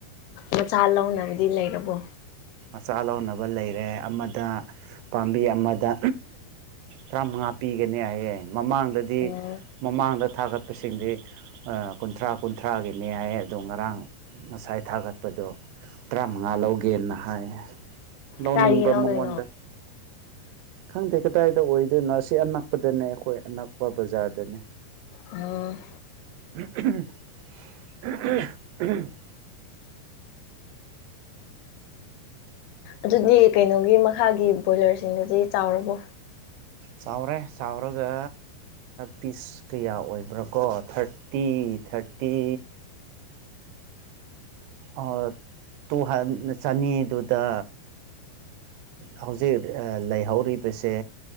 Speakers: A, on the left; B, on the right.
A: ꯃꯆꯥ ꯂꯧꯅꯕꯗꯤ ꯂꯩꯔꯕꯣ
B: ꯃꯆꯥ ꯂꯧꯅꯕ ꯂꯩꯔꯦ ꯑꯃꯗ ꯄꯥꯝꯕꯤ ꯑꯃꯗ ꯇꯔꯥꯃꯉꯥ ꯄꯤꯒꯅꯤ ꯍꯥꯏꯌꯦ ꯃꯃꯥꯡꯗꯗꯤ
A: ꯑꯣ
B: ꯃꯃꯥꯡꯗ ꯊꯥꯒꯠꯄꯁꯤꯡꯗꯤ ꯀꯨꯟꯊ꯭ꯔꯥ ꯀꯨꯟꯊ꯭ꯔꯥꯒꯤꯅꯤ ꯍꯥꯏ ꯑꯗꯨ ꯉꯔꯥꯡ ꯉꯁꯥꯏ ꯊꯥꯒꯠꯄꯗꯣ ꯇꯔꯥꯃꯉꯥ ꯂꯧꯒꯦꯅ ꯍꯥꯏ ꯂꯧꯅꯤꯡꯕ
A: ꯀꯥꯏꯗꯒꯤ ꯂꯧꯗꯣꯏꯅꯣ
B: ꯃꯉꯣꯟꯗ ꯈꯪꯗꯦ ꯀꯗꯥꯏꯗ ꯑꯣꯏꯗꯣꯏꯅꯣ ꯑꯁꯤ ꯑꯅꯛꯄꯗꯅꯦ ꯑꯩꯈꯣꯏ ꯑꯅꯛꯄ ꯕꯖꯥꯔꯗꯅꯦ
A: ꯎꯝ
B: <inaudible>
A: ꯑꯗꯨꯗꯤ ꯀꯩꯅꯣꯒꯤ ꯃꯈꯥꯒꯤ ꯕꯣꯏꯂꯔꯁꯤꯡꯗꯨꯗꯤ ꯆꯥꯎꯔꯕꯣ
B: ꯆꯥꯎꯔꯦ ꯆꯥꯎꯔꯒ ꯄꯤꯁ ꯀꯌꯥ ꯑꯣꯏꯕ꯭ꯔꯥꯀꯣ ꯊꯥꯔꯠ ꯐꯤꯐꯇꯤ ꯊꯥꯔꯇꯤ ꯑ ꯇꯨ ꯆꯅꯤꯗꯨꯗ ꯍꯧꯖꯤꯛ ꯂꯩꯍꯧꯔꯤꯕꯁꯦ